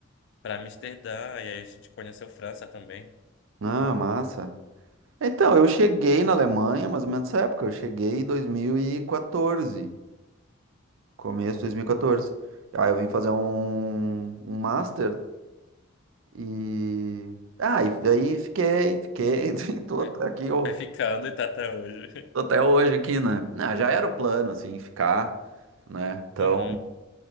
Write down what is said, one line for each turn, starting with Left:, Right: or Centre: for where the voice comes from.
Left: pra Amsterdã, e aí a gente conheceu França também.
Right: Ah, massa. Então, eu cheguei na Alemanha, mais ou menos nessa época. Eu cheguei em 2014, começo de 2014. Aí eu vim fazer um, um master e... Ah, e daí fiquei, fiquei, <laughs> tô
Left: Foi,
Right: até aqui, ó.
Left: foi ficando e tá até hoje. <laughs>
Right: Tô até hoje aqui, né? Não, já era o plano, assim, ficar, né? Então,
Left: Uhum.